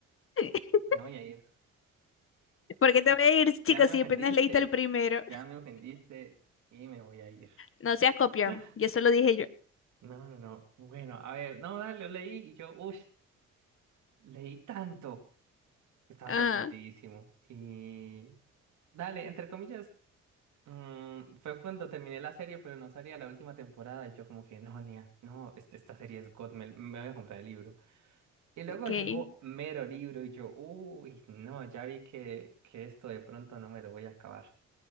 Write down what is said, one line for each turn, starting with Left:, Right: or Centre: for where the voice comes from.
Left: <laughs>
Right: me voy a ir.
Left: porque te
Right: Ya,
Left: voy a ir, chicos,
Right: ya me
Left: si
Right: ofendiste,
Left: apenas leíste el primero.
Right: ya me ofendiste y me voy a ir.
Left: No seas copión,
Right: <laughs>
Left: y eso lo dije yo.
Right: No, no, no. Bueno, a ver, no, dale, lo leí y yo, uff. Leí tanto que estaba
Left: Ah,
Right: sorprendidísimo. Y dale, entre comillas, mm, fue cuando terminé la serie, pero no salía la última temporada. Y yo como que, no, Nia, no, este- esta serie es God, me, me voy a comprar el libro. Y luego
Left: ok,
Right: llegó mero libro y yo, uy, no, ya vi que, que esto de pronto no me lo voy a acabar.